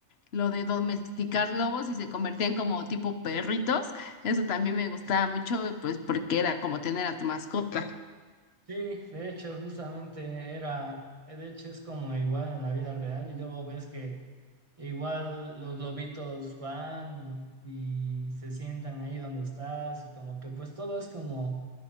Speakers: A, on the left; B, on the right.
A: lo de domesticar lobos y se convertían como tipo perritos. Eso también me gustaba mucho, pues porque era como tener a tu mascota.
B: Sí, de hecho, justamente era, eh, de hecho es como igual en la vida real y luego ves que igual los lobitos van y, y se sientan ahí donde estás y como que pues todo es como,